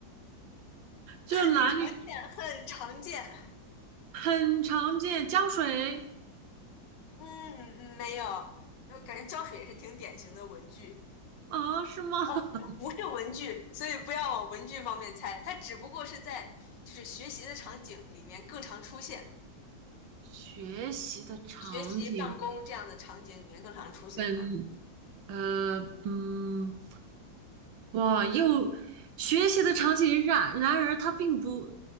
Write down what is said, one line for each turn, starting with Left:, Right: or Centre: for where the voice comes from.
Right: 这男女
Left: 很常见，很常见。
Right: 很常见，胶水
Left: 嗯，嗯没有，我感觉胶水也是挺典型的文具，
Right: 啊，是吗？<laughs>
Left: 哦，不是文具，所以不要往文具方面猜，它只不过是在就是学习的场景里面更常出现。
Right: 学习的场景
Left: 学习办公这样的场景里面更常出现啊。
Right: 本。呃，嗯，哇，又学习的场景然然而它并不